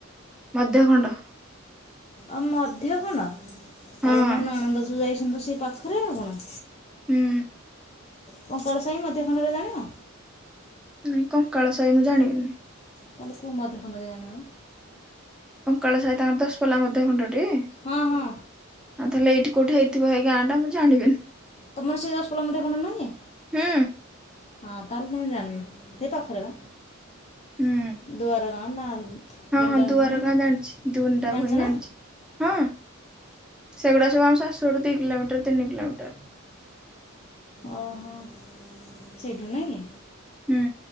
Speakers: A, in the centre; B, on the left (about 30°).
A: ମଧ୍ୟଖଣ୍ଡ।
B: ଅ ମଧ୍ୟଖଣନ ତାହେଲେ
A: ହଁ
B: ମୋ ନଣନ୍ଦ ଯୋଉ ଯାଇସନ୍ତି ତ ସେ ପାଖରେ ଆଉ କଣ।
A: ହୁଁ।
B: କଙ୍କାଳ ସାଇ ମଧ୍ୟ ଖଣ୍ଡରେ ଜାଣିନ?
A: ନାଇଁ କଙ୍କାଳ ସାଇ ମୁଁ ଜାଣିବିନି।
B: ତାହେଲେ କୋଉ ମଧ୍ୟଖଣ୍ଡରେ ଜାଣିବ?
A: କଙ୍କଳ ସାଇ ତାଙ୍କର ଦଶପଲ୍ଲା ମଧ୍ୟଖଣ୍ଡଟି?
B: ହଁ ହଁ।
A: ଆଉ ତାହଲେ ଏଇଠି କୋଉିଠି ହେଇଥିବ ହେଇ ଗାଁ ଟା ମୁଁ ଜାଣିବିନି।
B: ତମର ସେଇ ଦଶପଲ୍ଲା ମଧ୍ୟ ଖଣ୍ଡ ନାହଁ?
A: ହୁଁ
B: ହଁ ତାହାଲେ ତମେ ଜାଣ୍ନ ସେଇ ପାଖରେ ବା।
A: ହୁଁ
B: ଦୁଆର ଗାଁ ନା
A: ହଁ
B: ନିଣ୍ଡାମୁହିଁ
A: ହଁ ଦୁଆର ଗାଁ ଜାଣିଛି ଦୁନଟା
B: ଜାଣିଚନା?
A: ଭୁଇଁ ଜାଣିଛି ହଁ ସେଗୁଡା ସବୁ ଆମ ଶାଶୁ ଘରଠୁ ଦି କିଲୋମିଟର୍ ତିନି କିଲୋମିଟର୍
B: ଓହୋ ସେଇଠୁ ନାଇଁ କି?
A: ହୁଁ।